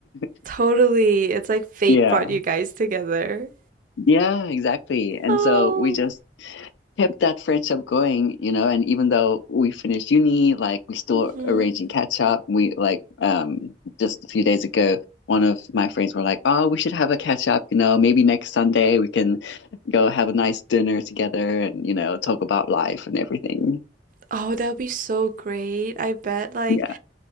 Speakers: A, on the left (about 85°); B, on the right (about 50°).
A: <laughs>
B: Totally. It's like fate
A: Yeah.
B: brought you guys together.
A: Yeah, exactly. And
B: Oh.
A: so we just kept that friendship going, you know, and even though we finished uni, like we still
B: Mhm.
A: arranging catch up. We like um just a few days ago, one of my friends were like, "Oh, we should have a catch up, you know, maybe next Sunday we can go have a nice dinner together and, you know, talk about life and everything."
B: Oh, that'd be so great. I bet like
A: Yeah,